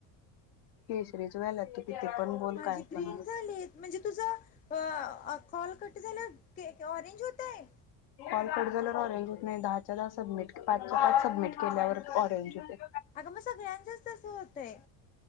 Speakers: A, on the left (about 65°); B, on the left (about 20°).
A: केसरीच व्हायल्यात. किती पण बोल
B: माझी
A: काय
B: ग्रीन
A: पण बोल
B: झालेयत म्हणजे तुझ अ कॉल कट झाल्याव ऑरेंज होतय.
A: कॉल कट झाल्यावर ऑरेंज होत नाही. दहाच्या दहा सबमिट पाचच्या पाच सबमिट केल्यावर ऑरेंज होतय.
B: अगं मग सगळ्यांचच तस होतय.